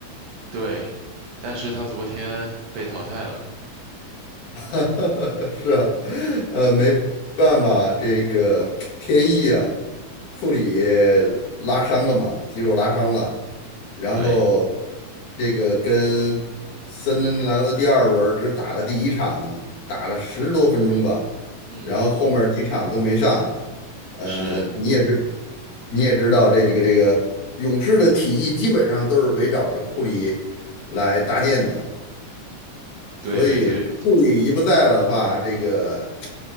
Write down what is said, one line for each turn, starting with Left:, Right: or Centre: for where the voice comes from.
Right: 对，但是他昨天被淘汰了。
Left: <laughs> 是啊，呃，没办法，这个天意啊，库里拉伤了嘛，肌肉拉伤了，然后
Right: 对，
Left: 这个跟森林狼的第二轮只打了第一场，打了十多分钟吧，
Right: 嗯，
Left: 然后后面几场都没上，呃，
Right: 是，
Left: 你也知你也知道这个这个勇士的体系基本上都是围绕着库里来搭建的。所以库里一不在了的话，
Right: 对对对
Left: 这个